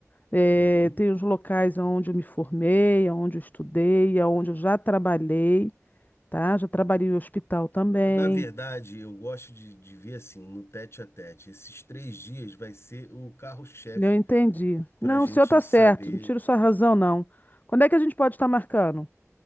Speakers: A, on the left; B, on the left.
A: Eh,
B: uhum.
A: tem os locais onde eu me formei, onde eu estudei, onde eu já trabalhei, tá? Já trabalhei em hospital também.
B: Na verdade, eu gosto de, de ver assim, no tete a tete. Esses três dias vai ser o carro-chefe
A: Eu entendi.
B: para
A: Não,
B: a gente
A: o senhor tá
B: saber,
A: certo, não tiro sua razão, não. Quando é que a gente pode estar marcando?